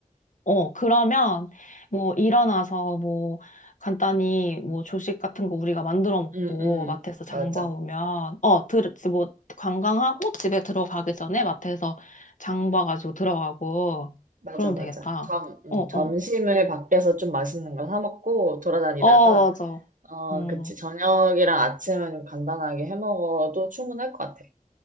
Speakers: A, on the left; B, on the right.
A: 어, 그러면 뭐 일어나서 뭐 간단히 뭐 조식 같은 거 우리가 만들어 먹고
B: 음, 음,
A: 마트에서
B: 맞아.
A: 장봐 오면 어, 들, 뭐 관광하고 집에 들어가기 전에 마트에서 장 봐가지고 들어가고
B: 맞아,
A: 그러면
B: 맞아.
A: 되겠다.
B: 점, 음,
A: 어,
B: 점심을
A: 어.
B: 밖에서 좀 맛있는 거 사 먹고 돌아다니다가,
A: 어, 맞아.
B: 어,
A: 음.
B: 그치. 저녁이랑 아침은 간단하게 해 먹어도 충분할 것 같아.